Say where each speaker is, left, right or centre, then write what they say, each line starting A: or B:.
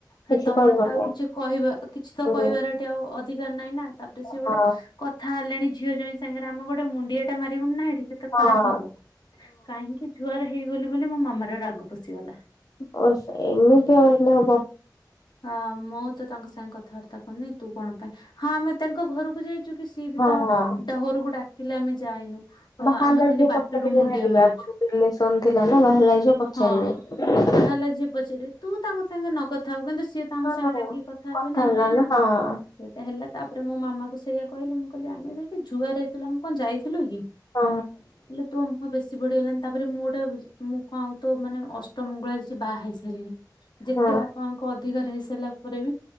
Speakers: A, on the left; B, on the left.
A: କିଛି
B: ହେ ତମେ
A: କହିବନି
B: ତ ଆଉ କିଛି କହିବା କିଛି ତ
A: ହୁଁ
B: କହିବାର
A: ହଁ
B: ଏଠି ଆଉ ଅ ଧିକାର ନାହିଁ। ନା ତାପରେ ସେ ଗୋଟେ
A: ହଁ
B: କଥା ହେଲେଣି। ଝିଅ ଜ୍ୱାଇଁ ସାଙ୍ଗରେ ଆମର ଗୋଟେ ମୁଁ ଏ ଟା ମାରିବୁନି ନାହି ଟିକେତେ
A: ହଁ
B: ଖରାପ ହବ କାହିଁକି? ହେଇଗଲି ବୋଲି ମୋ ମାମାର ରାଗ ପଶିଗଲା।
A: ଓ ଏମିତି ଆ ହେଲେ ହବ।
B: ହଁ ମୁଁ ତ ତାଙ୍କ ସାଙ୍ଗେ କଥାବାର୍ତ୍ତା କରୁନି ତୁ କଣ ପାଇଁ ହଁ ଆମେ ତାଙ୍କ ଘରକୁ ଯାଇଛୁ। ସିଏ ବି
A: ହଁ
B: ତ
A: ହଁ
B: ଡହରୁକୁ ଡା କିଲେ ଆମେ ଯାଇନୁ। ହଁ
A: ବାହାହେଲା
B: ଆମେ ଖାଲି
A: ଝିଅ
B: ବାଟରୁ
A: ପଚାରିବେନି
B: ମୁଣ୍ଡିଆ
A: ଟିକେ
B: ମାରିଛୁ
A: ରିଲେସନ ଥିଲା ନା ବାହାହେଲା ଝିଅ ପଚାରିବେ।
B: ହଁ ବାହାରିଲା ଝିଅ ପଚାରିବେ ତୁ ତାଙ୍କ ସାଙ୍ଗେ ନକଥା ହଉ <unintelligible> ସିଏ ତ ଆମ
A: ହଁ
B: ସାଙ୍ଗେ ଡାକିକି କଥା ହେବେ ନା ନାଇଁ
A: ହେଲାଣି ହଁ
B: ସେଟା ହେଲା ତାପରେ ମୋ ମାମାକୁ ସେଇଆ କହିଲେ ମୁଁ କହିଲି ଆମେ ତ ଏଠି ଜୁହାର ହେଇଥିଲୁ ଆମେ କଣ ଯାଇଥିଲୁ କି?
A: ହଁ
B: ହେଲେ ତୁମ ମୁହଁ ବେଶୀ ବଢିଗଲାଣି ତା ତାପରେ ମୁଁ ଗୋଟେ ମୁଁ କଣ ଆଉ ତ ମାନେ ଅଷ୍ଟମଙ୍ଗଳା ଛି ବାହା ହେଇ ସାରିଲିଣି। ଯେତେ
A: ହଁ
B: ବାପାଙ୍କ ଅଧିକା ରହି ସାରିଲା ପରେ ବି